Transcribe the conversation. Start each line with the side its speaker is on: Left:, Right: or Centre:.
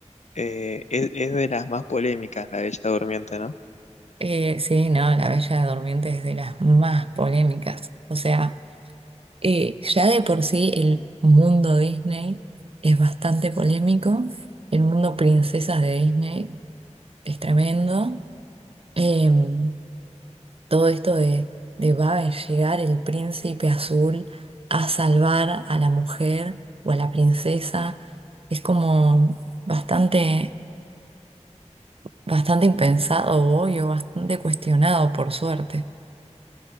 Left: Eh, es, es de las más polémicas, la Bella Durmiente, ¿no?
Right: Eh, sí, no, La Bella Durmiente es de las más polémicas. O sea, eh, ya de por sí el mundo Disney es bastante polémico. El mundo princesas de Disney es tremendo. Em, todo esto de, de va a llegar el príncipe azul a salvar a la mujer o a la princesa, es como bastante, bastante impensado hoy o bastante cuestionado, por suerte.